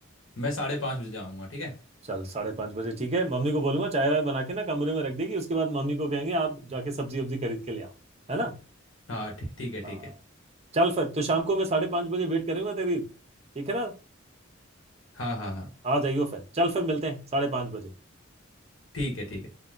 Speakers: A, on the left; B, on the right.
A: मैं साढ़े पाँच बजे जाऊँगा ठीक है
B: चल साढ़े पाँच बजे ठीक है मम्मी को बोलूंगा चाय वाय बना के ना कमरे में रख देगी उसके बाद मम्मी को कहेंगे आप जाके सब्जी वब्जी खरीद के ले आओ है ना
A: हाँ ठी- ठीक है
B: हाँ
A: ठीक है
B: चल फिर तो शाम को मैं साढ़े पाँच बजे वेट करूंगा तेरी ठीक है ना
A: हाँ हाँ हाँ
B: आ जाइयो फिर चल फिर मिलते हैं साढ़े पाँच बजे
A: ठीक है ठीक है